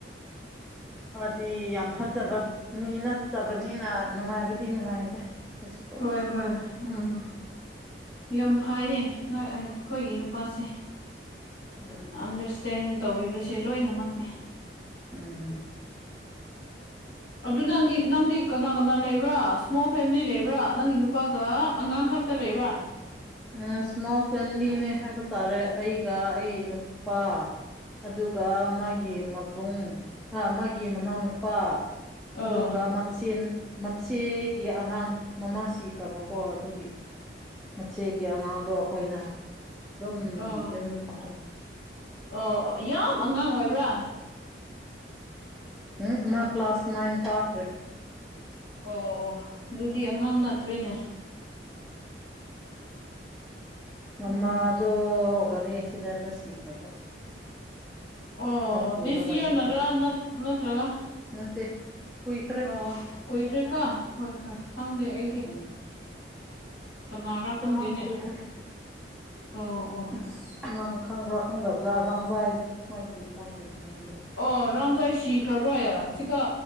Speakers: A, in the centre; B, on the left (about 80°).
A: ꯗꯤ ꯌꯥꯝ ꯐꯠꯇꯕ ꯃꯤ ꯅꯠꯇꯕꯅꯤꯅ ꯅꯨꯡꯉꯥꯏꯕꯗꯤ ꯅꯨꯡꯉꯥꯏꯗ ꯀꯩꯁꯨ ꯇꯧꯗꯦꯗ
B: ꯍꯣꯏ ꯍꯣꯏ ꯎꯝ ꯌꯥꯝ ꯐꯩꯅꯦ ꯅꯣꯏ ꯑꯩꯈꯣꯏꯒꯤ ꯅꯨꯄꯥꯁꯦ
A: ꯎꯝ
B: ꯑꯟꯗꯔꯁꯇꯦꯟ ꯇꯧꯕꯤꯕꯁꯦ ꯂꯣꯏꯅꯃꯛꯅꯦ
A: ꯎꯝ
B: ꯑꯗꯨ ꯅꯪꯒꯤ ꯅꯪꯗꯤ ꯀꯅꯥ ꯀꯅꯥ ꯂꯩꯕ꯭ꯔꯥ ꯏꯁꯃꯣꯜ ꯐꯦꯃꯤꯂꯤ ꯂꯩꯕ꯭ꯔꯥ ꯅꯪꯒꯤ ꯅꯨ ꯆꯄꯒ ꯑꯉꯥꯡ ꯈꯛꯇ ꯂꯩꯕ꯭ꯔꯥ
A: ꯑ ꯁꯃꯣ ꯐꯂꯤꯅꯦ ꯒ ꯇꯔꯦ ꯑꯩꯒ ꯑꯩ ꯅꯨꯄꯥ ꯑꯗꯨꯒ ꯑꯃꯒꯤ ꯃꯕꯨꯡ ꯑꯃꯒꯤ ꯃꯅꯥꯎꯅꯨꯄꯥ ꯂꯄꯥ
B: ꯑꯣ
A: ꯑꯗꯨꯒ ꯃꯆꯦꯟ ꯃꯆꯦꯒꯤ ꯑꯉꯥꯡ ꯃꯃꯥ ꯁꯤꯈ꯭ꯔꯕꯣ ꯀꯣ ꯑꯗꯨꯒꯤ ꯃꯆꯦꯒꯤ ꯑꯉꯥꯡꯗꯣ ꯑꯩꯈꯣꯏꯅ ꯑꯗꯨꯝ
B: ꯑꯣ
A: ꯌꯨꯝꯗ ꯊꯝꯕ
B: ꯑꯣ ꯌꯥꯝ ꯑꯉꯥꯡ ꯑꯣꯏꯕ꯭ꯔꯥ
A: ꯎꯝ ꯃꯥ ꯀ꯭ꯂꯥꯁ ꯅꯏꯟ ꯇꯥꯈ꯭ꯔꯦ
B: ꯑꯣ ꯑꯣ ꯑꯗꯨꯗꯤ ꯑꯉꯥꯡ ꯅꯠꯇ꯭ꯔꯤꯅꯦ
A: ꯃꯃ
B: ꯎꯝ
A: ꯑꯗꯨ ꯑꯗꯨ ꯑꯣꯒꯔꯤꯔꯤ ꯑꯦꯛꯁꯤꯗ ꯁꯤꯒ <unintelligible>
B: ꯑꯣ
A: ꯄꯨꯔꯒ
B: ꯗꯤꯁ ꯌꯔ
A: ꯆꯠꯄꯗ
B: ꯅꯠꯇ꯭ꯔꯥ ꯅꯠꯇ꯭ꯔꯒ
A: ꯅꯠꯇꯦ ꯀꯨꯏꯈ꯭ꯔꯦ
B: ꯑꯣ ꯀꯨꯏꯈ꯭ꯔꯦꯀ ꯍꯣꯏ ꯍꯣꯏ ꯈꯪꯗꯦ ꯑꯩꯗꯤ
A: ꯎꯝ
B: ꯀꯅꯥꯔꯥ ꯈꯪꯗꯦꯅꯦ
A: ꯌꯥꯝ ꯀꯨꯏꯈ꯭ꯔꯦ
B: ꯑꯣ ꯑꯣ
A: ꯑꯁ ꯅꯪ ꯈꯪꯕ꯭ꯔꯥ ꯈꯪꯗꯕ꯭ꯔꯥ ꯋꯥꯥꯡꯖꯥꯏ ꯃꯥꯏꯒꯤ ꯃꯃꯥꯒꯤ ꯃꯃꯤꯡꯗꯣ
B: ꯑꯣ ꯔꯣꯡꯖꯣꯏ ꯁꯤꯈ꯭ꯔꯕ꯭ꯔꯥꯌꯥ ꯆꯤꯀꯥ